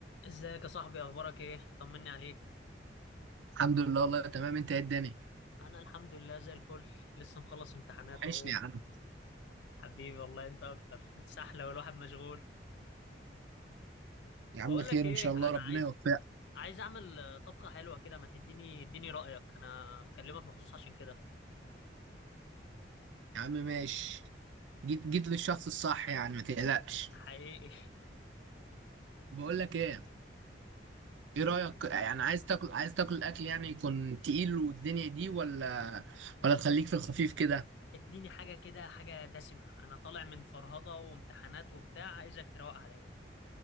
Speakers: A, on the left; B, on the right.
A: ازيك يا صاحبي اخبارك ايه طمني عليك
B: الحمد لله والله تمام انت ايه الدنيا
A: انا الحمد لله زي الفل لسه مخلص امتحانات
B: وحشني
A: اهو
B: يا عم
A: حبيبي والله انت اكتر سحله والواحد مشغول
B: يا عم
A: بقول
B: خير
A: لك ايه
B: ان شاء
A: انا
B: الله ربنا
A: عايز
B: يوفقك
A: عايز اعمل آه، طبخه حلوه كده ما تديني اديني رايك انا مكلمك مخصوص عشان كده
B: يا عم ماشي جيت جيت للشخص الصح يعني ما تقلقش
A: حقيقي
B: بقول لك ايه
A: <laughs>
B: ايه
A: قول
B: رأيك
A: لي
B: يعني عايز تاكل عايز تاكل اكل يعني يكون تقيل والدنيا دي ولا ولا تخليك في الخفيف كده
A: اديني حاجه كده حاجه دسمه انا طالع من فرهضه وامتحانات وبتاع عايزك تروق عليا